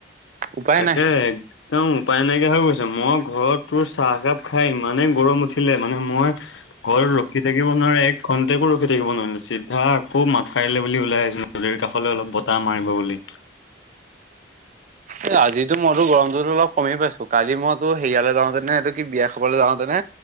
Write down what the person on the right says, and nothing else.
উপায়
নাই।
এই আজিতো মইতো গৰমতো অলপ কমেই পাইছো কালি মইতো সেইয়ালৈ যাওঁতেনে এটো কি বিয়া খাবলৈ যাওঁতেনে